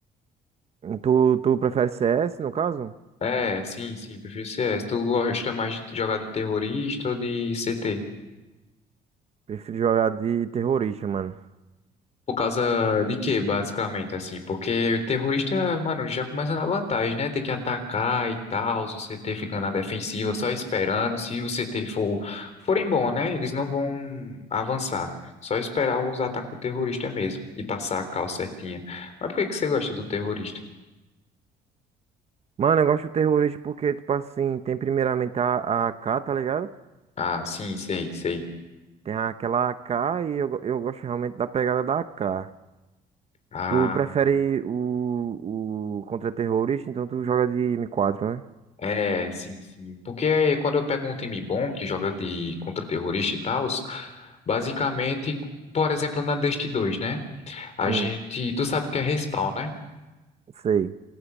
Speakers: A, on the right (about 40°); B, on the left (about 40°).
A: Tu, tu prefere CS, no caso?
B: É, sim, sim, prefiro CS. Tu gosta mais de jogar de terrorista ou de CT?
A: Prefiro jogar de terrorista, mano.
B: Por causa de quê, basicamente, assim? Porque o terrorista, mano, já começa na vantagem, né? Tem que atacar e tal, se o CT fica na defensiva só esperando. Se o CT for, forem bom, né? Eles não vão avançar. Só esperar os ataques do terrorista mesmo e passar a cal certinha. Mas por que que você gosta do terrorista?
A: Mano, eu gosto de terrorista porque, tipo assim, tem primeiramente a, a AK, tá ligado?
B: Ah, sim, sei, sei.
A: Tem aquela A K e eu, go- eu gosto realmente da pegada da A K.
B: Ah,
A: Tu prefere o, o contra-terrorista, então tu joga de M4, né?
B: é, sim, sim. Porque aí, quando eu pego um time bom que joga de contra-terrorista e tal, basicamente, por exemplo, na Dust dois, né? A
A: Hum,
B: gente, tu sabe o que é respawn, né?
A: sei,